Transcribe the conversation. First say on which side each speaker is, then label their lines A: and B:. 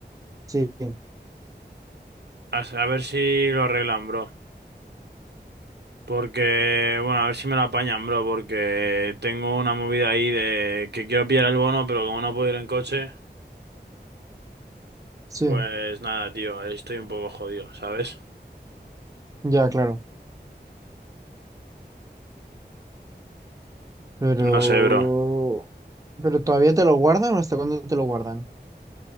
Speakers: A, on the right (about 20°); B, on the right (about 70°).
A: Sí,
B: A a ver si lo arreglan, bro. Porque, bueno, a ver si me la apañan, bro, porque tengo una movida ahí de que quiero pillar el bono, pero como no puedo ir en coche,
A: sí,
B: pues nada, tío, ahí estoy un poco jodido, ¿sabes?
A: ya, claro. Pero...
B: No sé, bro.
A: ¿Pero todavía te lo guardan o hasta cuándo te lo guardan?